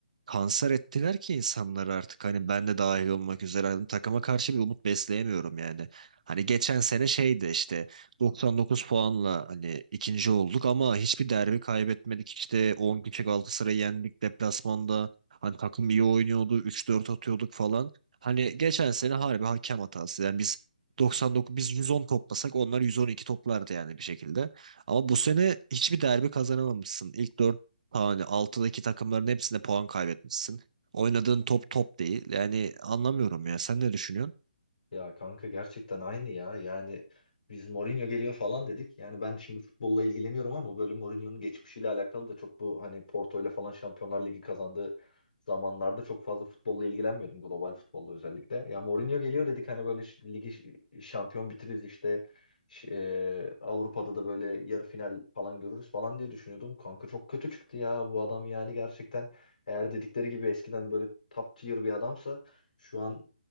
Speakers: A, on the right (about 55°); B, on the left (about 60°).
A: kanser ettiler ki insanları artık hani ben de dahil olmak üzere hani takıma karşı bir umut besleyemiyorum yani. Hani geçen sene şeydi işte 99 puanla hani ikinci olduk ama hiçbir derbi kaybetmedik. İşte 10 kişi Galatasaray'ı yendik deplasmanda. Hani takım iyi oynuyordu 3-4 atıyorduk falan. Hani geçen sene harbi hakem hatası. Yani biz 99 biz 110 toplasak onlar 112 toplardı yani bir şekilde. Ama bu sene hiçbir derbi kazanamamışsın. İlk 4, hani altıdaki takımların hepsinde puan kaybetmişsin. Oynadığın top top değil. Yani anlamıyorum ya. Sen ne düşünüyorsun?
B: Ya kanka gerçekten aynı ya. Yani biz Mourinho geliyor falan dedik. Yani ben şimdi futbolla ilgileniyorum ama böyle Mourinho'nun geçmişiyle alakalı da çok bu hani Porto ile falan Şampiyonlar Ligi kazandığı zamanlarda çok fazla futbolla ilgilenmiyordum. Global futbolla özellikle. Ya Mourinho geliyor dedik hani böyle ş- ligi ş- şampiyon bitiririz işte. Ş- e, Avrupa'da da böyle yarı final falan görürüz falan diye düşünüyordum. Kanka çok kötü çıktı ya bu adam yani gerçekten eğer dedikleri gibi eskiden böyle top tier bir adamsa şu an